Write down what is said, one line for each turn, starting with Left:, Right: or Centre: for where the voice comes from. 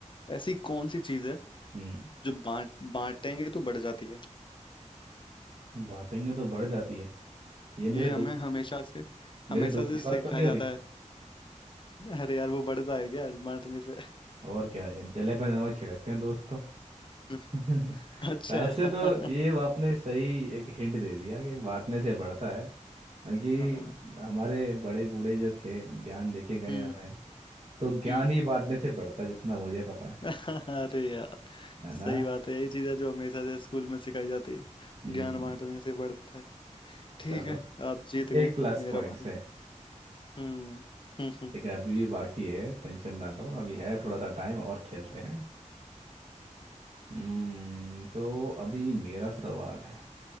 Left: ऐसी कौन सी चीज है
Right: हम्म
Left: जो बांट बांटेंगे तो बढ़ जाती है
Right: बांटेंगे तो बढ़ जाती है ये मेरे
Left: ये
Right: दो
Left: हमें हमेशा से
Right: मेरे
Left: हमेशा
Right: दुख
Left: से
Right: की
Left: सिखाया
Right: बात तो नहीं हो
Left: जाता
Right: रही
Left: है अरे यार वो बढ़ता है क्या बांटने पे
Right: और क्या है जले पे नमक छिड़कते हैं दोस्तों
Left: <laughs>
Right: <laughs>
Left: अच्छा
Right: वैसे तो ये
Left: <laughs>
Right: आपने सही एक हिंट दे दिया कि बांटने से बढ़ता है क्योंकि
Left: हाँ
Right: हमारे बड़े बूढ़े जो थे ज्ञान देखे गए
Left: हम्म
Right: हैं हमें तो ज्ञान
Left: हम्म
Right: ही बांटने से बढ़ता जितना मुझे पता है
Left: <laughs> अरे यार
Right: है ना
Left: सही बात है यही चीज है जो हमेशा से स्कूल में सिखाई जाती है
Right: हम्म
Left: ज्ञान बांटने से बढ़ता है ठीक
Right: चलो
Left: है आप जीत गए
Right: एक प्लस
Left: मेरा
Right: पॉइंट
Left: बारी
Right: से <laughs>
Left: हम्म हम्म हम्म
Right: लेकिन अभी भी बाकी है टेंशन ना लो अभी है थोड़ा सा टाइम और खेलते हैं हम्म तो अभी मेरा सवाल है